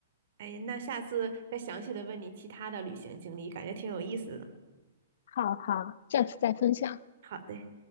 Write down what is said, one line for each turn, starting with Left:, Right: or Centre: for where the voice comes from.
Right: 哎，那下次再详细的问你其他的旅行经历，感觉挺有意思的。
Left: 好好，下次再分享。
Right: 好的。